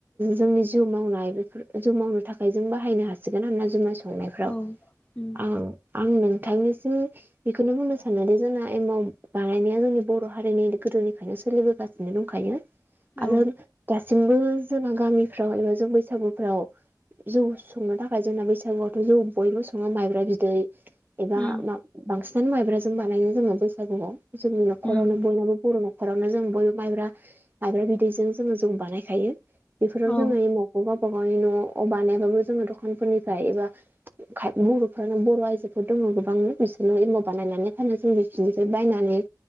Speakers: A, on the right; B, on the left.
A: जोंनि जौ मावनाय बेफोर जौ मावनो था फायजों बाहायनो हासिगोन आरोना जुमाय संनायफ्राव
B: औ उम
A: आं आं नोंथांनिसिम बेखौनो बुंनो सानदि जोंना एमाव बानायनाया जोंनि बर' हारिनि गोदोनिफ्रायनो सोलिबो गासिनो दंखायो
B: औ
A: आरो दासिमबो जोंना गामिफ्राव एबा जों बैसागुफ्राव जौ संनो थाखाय जोंना बैसागुआवथ' जौ बयबो सङो माइब्रा बिदै एबा
B: उम
A: मा बांसिनानो माइब्राजों बानायो जोङो बैसागुआव जोंनि न'खरावनो
B: उम
A: बयनाबो बर' न'खरावनो जों बयबो माइब्रा माइब्रा बिदैजों जोङो जों बानायखायो। बेफोराव
B: औ
A: जोङो एमावखौ गावबा गावनि न'आव बानायाबाबो जोङो दखानफोरनिफ्राय एबा बर'फ्रानो बर' आइजोफोर दङ गोबांनो बिसोरनो एम बानायनानै फानोानो जों बेखिनिफ्राय बायनानै